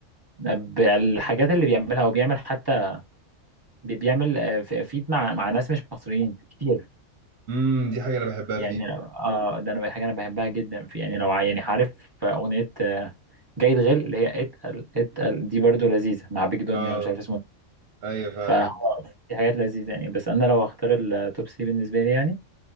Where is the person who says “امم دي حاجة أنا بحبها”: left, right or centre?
Right